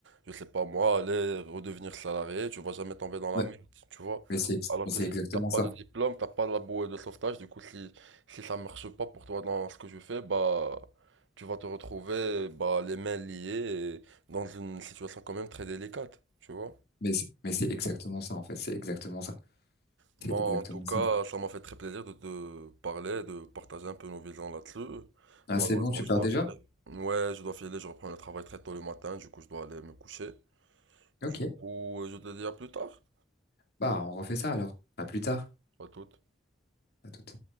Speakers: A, on the right; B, on the left.
A: je sais pas moi, aller redevenir salarié. Tu vas jamais tomber dans la
B: Ouais.
A: merde, tu vois.
B: Mais c'est, ex-
A: Alors
B: mais
A: que
B: c'est
A: si
B: exactement
A: t'as pas
B: ça.
A: de diplôme, t'as pas la bouée de sauvetage. Du coup, si si ça marche pas pour toi dans ce que je fais, bah tu vas te retrouver bah, les mains liées et dans une situation quand même très délicate, tu vois.
B: Mais c'est mais c'est exactement ça, en fait. C'est exactement ça.
A: Bon,
B: C'est exactement
A: en tout cas,
B: ça.
A: ça m'a fait très plaisir de te parler, de partager un peu nos visions là-dessus.
B: Ah,
A: Malheureusement,
B: c'est bon, tu
A: je
B: pars
A: dois
B: déjà?
A: filer. Ouais, je dois filer, je reprends le travail très tôt le matin, du coup, je dois aller me coucher.
B: Ok.
A: Du coup, je te dis à plus tard.
B: Bah, on refait ça alors. À plus tard.
A: À toute.
B: À tout